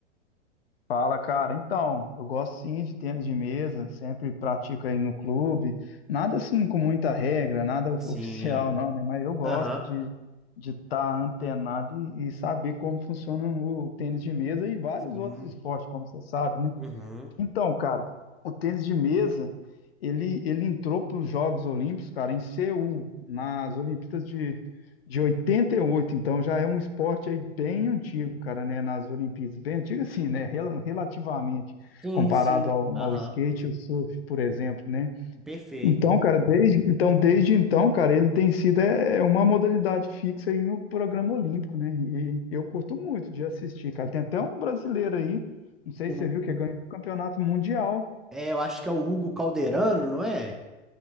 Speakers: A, on the left; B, in the centre.
A: Fala, cara. Então, eu gosto sim de tênis de mesa, sempre pratico aí no clube. Nada assim com muita regra, nada of-
B: Sim.
A: <laughs> oficial não, né? Mas eu gosto
B: Aham.
A: de de estar antenado e, e saber como funciona o tênis de mesa e vários
B: Sim.
A: outros esportes, como você sabe, né?
B: Uhum.
A: Então, cara, o tênis de mesa, ele, ele entrou para os Jogos Olímpicos, cara, em Seul, nas Olimpíadas de, de 88. Então já é um esporte aí bem antigo, cara, né? Nas Olimpíadas. Bem antigo, assim, né? rel- Relativamente,
B: Sim,
A: comparado
B: sim.
A: ao,
B: Aham.
A: ao skate e ao surf, por exemplo, né?
B: Perfeito.
A: Então, cara, desde então, desde então, cara, ele tem sido é, é uma modalidade fixa aí no programa olímpico, né? E eu curto muito de assistir, cara. Tem até um brasileiro aí, não sei
B: O,
A: se você viu, que ganhou o campeonato mundial.
B: é, eu acho que é o Hugo Calderano, não é?